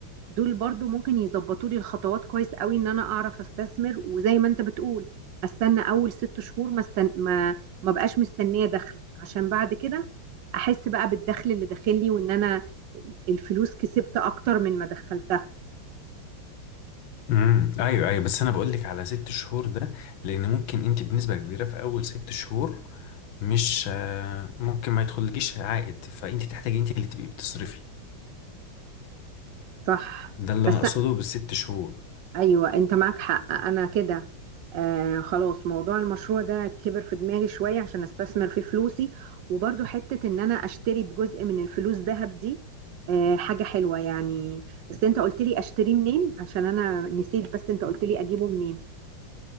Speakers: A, on the right (about 70°); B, on the left (about 80°).
A: دول برضو ممكن يظبطوا لي الخطوات كويس قوي ان انا اعرف استثمر وزي ما انت بتقول استنى اول ست شهور ما استن... ما ما بقاش مستنيه دخل عشان بعد كده احس بقى بالدخل اللي داخل لي وان انا الفلوس كسبت اكتر من ما دخلتها
B: امم ايوه ايوه بس انا بقول لك على ست شهور ده لان ممكن انت بنسبه كبيره في اول ست شهور مش آه، ممكن ما يدخلكيش عائد فانت تحتاجي انت اللي تبقي بتصرفي
A: صح
B: ده اللي
A: بس
B: انا اقصده بالست شهور
A: ايوه انت معاك حق انا كده آه خلاص موضوع المشروع ده كبر في دماغي شويه عشان استثمر فيه فلوسي وبرضو حته ان انا اشتري بجزء من الفلوس ذهب دي آه حاجه حلوه يعني بس انت قلت لي اشتريه منين عشان انا نسيت بس انت قلت لي اجيبه منين